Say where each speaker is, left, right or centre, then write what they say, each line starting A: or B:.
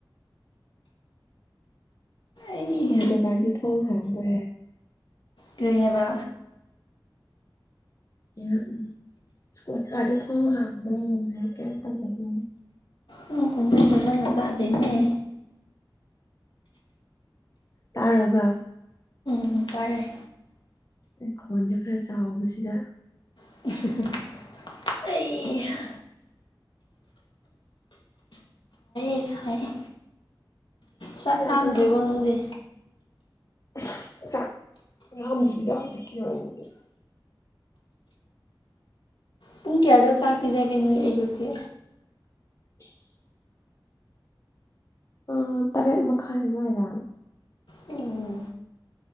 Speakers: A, on the left; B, on the left.
A: ꯑꯩ
B: ꯁ꯭ꯀꯨꯜ ꯀꯩꯀꯥꯗꯤ ꯊꯣꯡ ꯍꯥꯡꯕꯦ
A: ꯀꯔꯤ ꯍꯥꯏꯕ
B: ꯎꯝ ꯁꯀꯨ꯭ꯜ ꯀꯥꯗꯤ ꯊꯣꯡ ꯍꯥꯡꯕ꯭ꯔꯣ ꯍꯧꯖꯤꯛ ꯀꯩꯝ ꯇꯧꯗꯕ꯭ꯔꯣ
A: ꯅꯪ ꯈ‌ꯣꯟꯖꯦꯜ ꯐꯖꯅ ꯇꯥꯗꯦꯅꯦ
B: ꯇꯥꯔꯕ
A: ꯎꯝ ꯇꯥꯔꯦ
B: ꯑꯩ ꯈꯣꯟꯁꯦ ꯈꯔ ꯆꯥꯎꯕꯁꯤꯗ
A: <unintelligible> ꯑꯩ ꯍꯥ ꯏꯁ ꯍꯥꯏꯔ‌ꯦ
B: ꯇꯨꯝꯕ
A: ꯆꯥꯛ ꯂꯥꯝꯗ꯭ꯔꯤꯕꯣ
B: ꯌꯥꯗꯦ
A: ꯅꯪꯗꯤ
B: ꯑꯁ ꯆꯥꯛ ꯂꯥꯝꯗ꯭ꯔꯤꯗ ꯍꯧꯖꯤꯛꯀꯤ ꯑꯣꯏꯅꯗꯤ
A: ꯄꯨꯡ ꯀꯌꯥꯗ ꯆꯥꯛ ꯄꯤꯖꯒꯦ ꯅꯣꯏ ꯑꯌꯨꯛꯀꯤ꯫
B: <unintelligible> ꯑ ꯇꯔꯦꯠ ꯃꯈꯥꯏ ꯑꯗꯨꯋꯥꯏꯗ꯫
A: ꯎꯝ